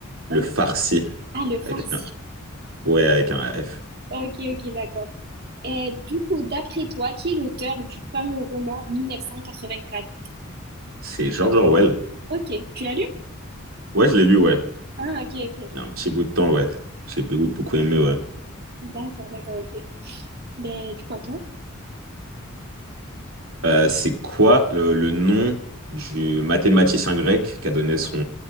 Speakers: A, on the right; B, on the right.
A: Le
B: Ok.
A: farsi.
B: Ah, le Farsi.
A: Avec un... Ouais, avec un F.
B: Ok, ok, d'accord. Et du coup, d'après toi, qui est l'auteur du fameux roman mille neuf cent quatre-vingt-quatre
A: C'est George Orwell.
B: Ok, tu l'as lu?
A: Ouais, je l'ai lu, ouais.
B: Ah, ok, ok.
A: Il y a un petit bout de temps, ouais. J'ai beaucoup beaucoup aimé, ouais.
B: D'accord, d'accord, ok. Ben, du coup, à toi.
A: Euh, c'est quoi euh, le nom du mathématicien grec qui a donné son,